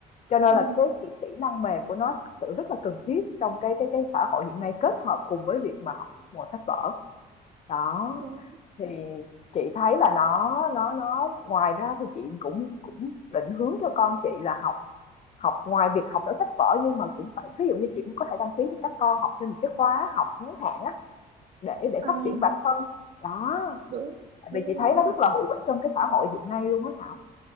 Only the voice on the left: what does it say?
cho nên
là cái cái kỹ năng mềm của nó thật sự rất là cần thiết trong cái cái cái xã hội hiện nay kết hợp cùng với việc mà học ngồi sách vở. Đó,
thì chị thấy là nó nó nó ngoài ra thì chị cũng cũng định hướng cho con chị là học học ngoài việc học ở sách vở nhưng mà cũng phải ví dụ như chị cũng có thể đăng ký cho các con học thêm những cái khóa học ngắn hạn á để để
phát triển bản thân. Đó,
tại
vì
chị thấy nó rất là hữu ích trong cái xã hội hiện nay luôn á Thảo.